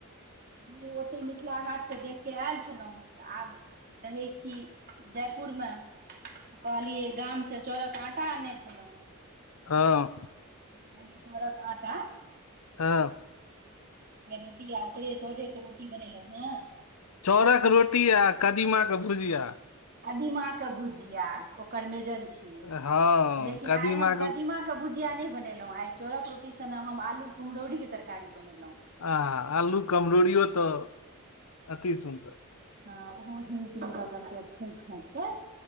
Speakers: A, on the right; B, on the left.
A: हमहूँ ओतहि मिथिला हाटसँ देख कऽ आयल छलउ तऽ आब रहै छी जयपुर मे कहलियै गाम से चउरक आटा आनने छलहुँ
B: हँ
A: कहलियै चाउरक आटा
B: हँ
A: रोटी आ ओकरे चाउरे के रोटी बनेलउ हँ
B: चाउरक रोटी आ कदीमाक के भुजिया
A: कदीमा के भुजिया ओकर मेजन छियै
B: हँ
A: लेकिन
B: कदीमा
A: आइ हम कदिमा के भूजिया नइ बनेलहुॅँ आइ चाउरक रोटी के सने हम आलू कुमहरोरी के तरकारी बनेलहुँ
B: आ आलू कमरोरीयो तऽ अति सुन्दर
A: ह ओहो हिंग तींग द क से छोइक छाइक क